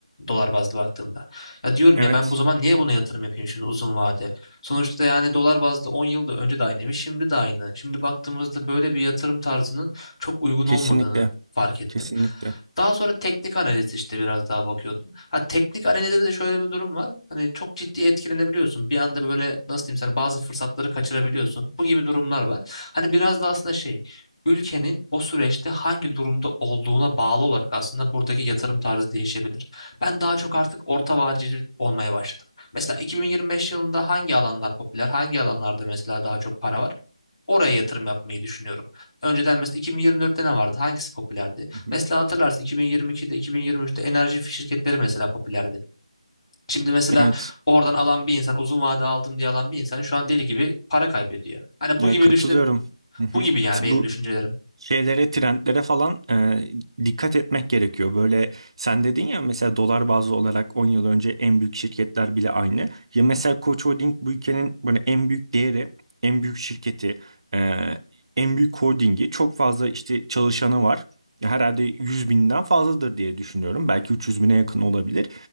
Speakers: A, on the left; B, on the right.
A: Dolar bazlı baktığımda. Ya diyorum
B: Evet,
A: ya ben bu zaman niye buna yatırım yapayım şimdi uzun vade? Sonuçta yani dolar bazlı 10 yılda önce de aynıymış, şimdi de aynı. Şimdi baktığımızda böyle bir yatırım tarzının çok uygun
B: kesinlikle,
A: olmadığını fark ettim.
B: kesinlikle.
A: Daha sonra teknik analiz işte biraz daha bakıyordum. Ha teknik analizde de şöyle bir durum var. Hani çok ciddi etkilenebiliyorsun. Bir anda böyle nasıl diyeyim sana bazı fırsatları kaçırabiliyorsun. Bu gibi durumlar var. Hani biraz da aslında şey ülkenin o süreçte hangi durumda olduğuna bağlı olarak aslında buradaki yatırım tarzı değişebilir. Ben daha çok artık orta vadeli olmaya başladım. Mesela 2025 yılında hangi alanlar popüler, hangi alanlarda mesela daha çok para var? Oraya yatırım yapmayı düşünüyorum. Önceden mesela 2024'te ne vardı? Hangisi popülerdi?
B: Hı
A: Mesela
B: hı.
A: hatırlarsın 2022'de, 2023'te enerji şirketleri mesela popülerdi. Şimdi mesela
B: Evet,
A: oradan alan bir insan, uzun vade aldım diye alan bir insan şu an deli gibi para kaybediyor. Hani
B: ya
A: bu gibi
B: katılıyorum.
A: düşünüp
B: Hı hı.
A: bu gibi yani benim
B: Bu
A: düşüncelerim.
B: şeylere, trendlere falan e, dikkat etmek gerekiyor. Böyle sen dedin ya mesela dolar bazlı olarak 10 yıl önce en büyük şirketler bile aynı. Ya mesela Koç Holding bu ülkenin böyle en büyük değeri, en büyük şirketi, e, en büyük holdingi. Çok fazla işte çalışanı var. Herhalde 100 binden fazladır diye düşünüyorum. Belki 300 bine yakın olabilir.